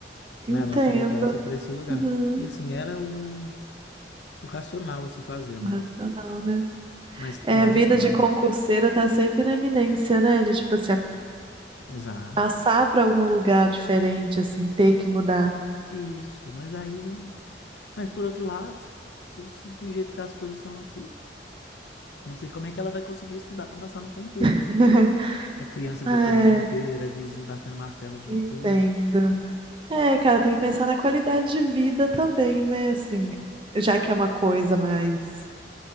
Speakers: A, on the right; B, on the left.
A: entendo.
B: né, a nossa mudança para esse lugar.
A: Uhum.
B: E assim, era o, o racional a se fazer, né?
A: Racional, né?
B: Mas,
A: É,
B: nossa,
A: vida
B: mas.
A: de concurseira tá sempre na iminência, né? De tipo assim,
B: Exato.
A: passar pra algum lugar diferente, assim, ter que mudar.
B: Isso, mas aí Mas por outro lado, se- se- do jeito que as coisas são aqui, não sei como é que ela vai conseguir estudar para passar no concurso,
A: <laughs>
B: porque é criança gritando
A: É.
B: o dia inteiro, é vizinho batendo martelo o dia
A: Entendo.
B: inteiro.
A: É, cara, tem que pensar na qualidade de vida também, né? Assim, já que é uma coisa mais.